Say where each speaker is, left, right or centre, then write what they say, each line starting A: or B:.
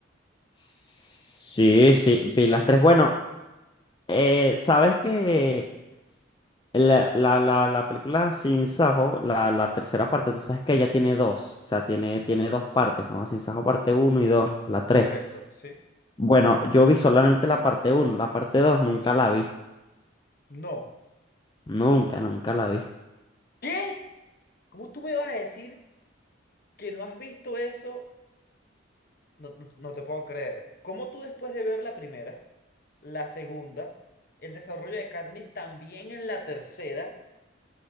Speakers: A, on the left; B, on the left.
A: Sí, sí, vi las tres. Bueno, eh, ¿sabes que La, la, la, la película Sin Sajo, la, la tercera parte, tú sabes que ella tiene dos, o sea, tiene, tiene dos partes, como Sin Sajo parte uno y 2 la tres
B: Correcto, sí.
A: Bueno, yo vi solamente la parte uno la parte 2 nunca la vi,
B: No.
A: nunca, nunca la vi.
B: ¿Qué? ¿Cómo tú me vas a decir que no has visto eso? No, no, no te puedo creer. ¿Cómo tú después de ver la primera, la segunda, el desarrollo de Katniss también en la tercera,